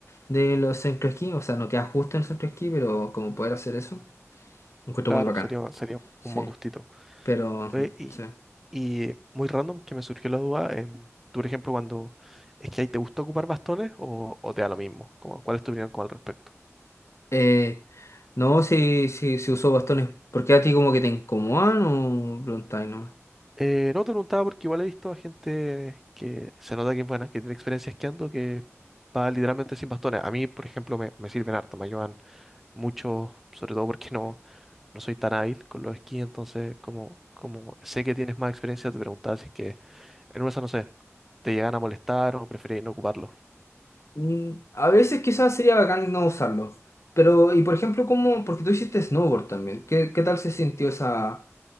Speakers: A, on the left; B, in the centre.
A: de los centros esquí, o sea, no queda justo en el centro esquí, pero como poder hacer eso, lo encuentro
B: Claro,
A: muy bacán.
B: sería, sería
A: Sí,
B: un buen gustito.
A: pero
B: Oye,
A: ujú,
B: y,
A: sí.
B: y muy random que me surgió la duda. em, tú, por ejemplo, cuando es que ahí te gusta ocupar bastones o, o te da lo mismo. Como, ¿cuál es tu opinión como al respecto?
A: Eh, no, si, si, si uso bastones, ¿por qué a ti como que te incomodan o preguntáis, no?
B: Eh, no te preguntaba porque igual he visto a gente que se nota que es buena, que tiene experiencia esquiando, que va literalmente sin bastones. A mí, por ejemplo, me, me sirven harto, me ayudan mucho, sobre todo porque no, no soy tan hábil con los esquís, entonces como, como sé que tienes más experiencia, te preguntaba si es que En una, de esas, no sé, te llegan a molestar o preferís no ocuparlo.
A: Mm, A veces quizás sería bacán no usarlo. Pero, y por ejemplo, ¿cómo? Porque tú hiciste snowboard también. ¿Qué, qué tal se sintió esa,